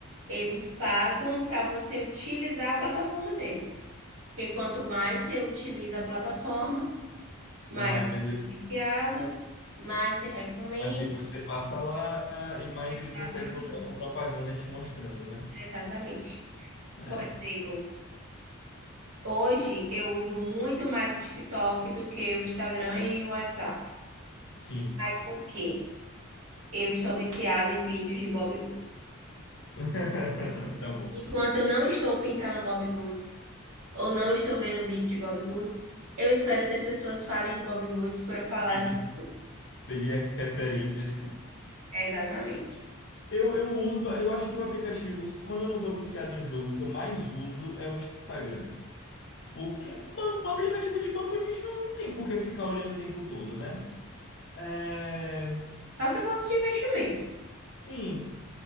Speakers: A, on the right; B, on the left.
A: Eles pagam para você utilizar a plataforma deles. Porque quanto mais você utiliza a plataforma, mais
B: mais,
A: você fica viciado, mais se recomenda.
B: mais tempo você passa lá e mais
A: Exatamente.
B: ele consegue lucrar com propaganda te mostrando, né?
A: Exatamente.
B: É,
A: Por exemplo, hoje eu uso muito mais o TikTok do que o Instagram e o WhatsApp.
B: sim.
A: Mas por quê? Eu estou viciada em vídeos de Bob Goods.
B: <laughs> Tá bom.
A: Enquanto eu não estou pintando Bob Goods ou não estou vendo vídeo de Bob Goods, eu espero que as pessoas falem de Bob Goods para eu falar
B: Peguei,
A: de Bob Goods.
B: peguei a referência.
A: Exatamente.
B: Eu, eu uso, ba- eu acho que o aplicativo, quando eu não tô viciado em jogo, o que eu mais uso é o Instagram. Porque ban- um aplicativo de banco a gente não, não tem por que ficar olhando o tempo todo, né? É,
A: Só se fosse de investimento.
B: sim.